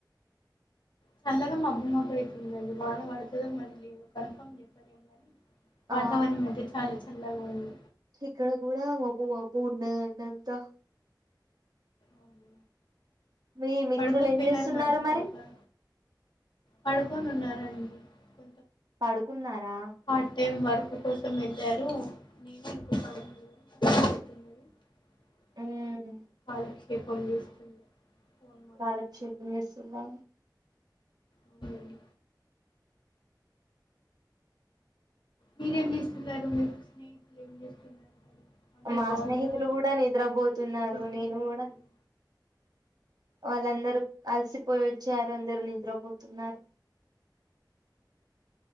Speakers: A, on the left; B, on the right.
A: చల్లగా మబ్బు మబ్బ అవుతుందండి వానం పడుతుందో మరి లేద కన్ఫామ్ చెప్పలేం కాని వాతావరణం
B: ఆ
A: అయితే చాలా చల్లగా ఉంది
B: ఇక్కడ కూడా మబ్బు మబ్బు గున్నదండీ అంతా
A: అవును.
B: మీ మిత్రులు
A: పడుకోపోయినారు
B: ఏం చేస్తున్నారు
A: మంచిగా
B: మరి
A: ఒక పడుకొని ఉన్నారండి కొ
B: పడుకున్నారా
A: పార్ట్ టైం వర్క్ కోసం వెళ్ళారు నేను <inaudible> కలుసుకున్నది నేను
B: ఉమ్
A: మీతో కాలక్షేపం చేస్తున్నా ఫోన్ మాట్లాడుతున్నా
B: కాలక్షేపం చేస్తున్నా
A: అవునండి మీరేం చేస్తున్నారు మీరు స్నేహితులు ఏం చేస్తున్నారు మరి అందరు
B: మా
A: బాగున్నారా
B: స్నేహితులు
A: అండి
B: కూడా నిద్రపోతున్నారు
A: మీరు మీ
B: నేను
A: స్నేహితులు
B: కూడా వాళ్ళందరూ అలసిపోయి వచ్చారు అందరు నిద్రపోతున్నారు